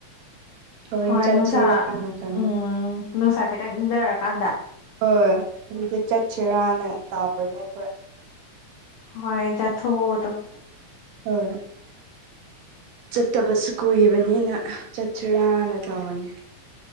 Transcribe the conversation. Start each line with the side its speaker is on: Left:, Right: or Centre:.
Right: ꯍꯣꯔꯦꯟ
Left: ꯍꯣꯏ
Right: ꯆꯠꯁꯤꯔꯥꯅ
Left: ꯅꯨꯡꯁꯥ
Right: ꯈꯟꯕ
Left: ꯎꯝ ꯅꯨꯡꯁꯥ ꯈꯤꯇꯪ ꯏꯪꯊꯔꯀꯥꯟꯗ
Right: ꯍꯣꯏ ꯑꯗꯨꯗ ꯆꯠꯁꯤꯔꯥꯅ ꯇꯥꯎꯕꯅꯦ ꯑꯩꯈꯣꯏ
Left: ꯍꯣꯏ ꯆꯥꯊꯣꯛꯎ ꯑꯗꯨꯝ
Right: ꯍꯣꯏ ꯆꯠꯇꯕꯁꯨ ꯀꯨꯏꯕꯅꯤꯅ ꯆꯠꯁꯤꯔꯥꯅ ꯇꯧꯕꯅꯤ